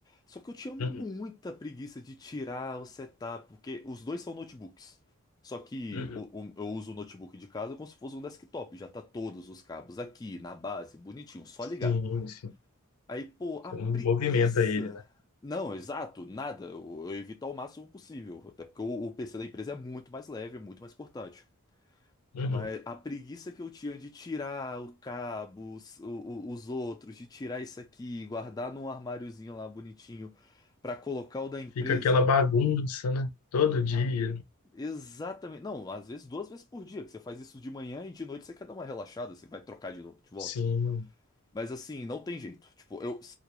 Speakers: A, on the left (about 15°); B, on the left (about 85°).
A: Só que eu tinha muita
B: Uhum,
A: preguiça de tirar o setup, porque os dois são notebooks. Só que
B: uhum.
A: o- o- eu uso o notebook de casa como se fosse um desktop. Já tá todos os cabos aqui, na base, bonitinho, só
B: Sim,
A: ligar.
B: sim.
A: Aí, pô,
B: Você
A: a preguiça.
B: não movimenta ele, né?
A: Não, exato, nada. Eu, eu evito ao máximo possível. Até porque o, o PC da empresa é muito mais leve, é muito mais portátil.
B: Uhum.
A: Mas a preguiça que eu tinha de tirar o cabo, os, o- o- os outros, de tirar isso aqui, guardar num armáriozinho lá bonitinho pra colocar o da empresa.
B: Fica aquela bagunça, né? Todo dia.
A: Exatamente. Não, às vezes duas vezes por dia, que você faz isso de manhã e de noite você quer dar uma relaxada, você vai trocar de, novo, de volta.
B: Sim.
A: Mas assim, não tem jeito. Tipo, eu,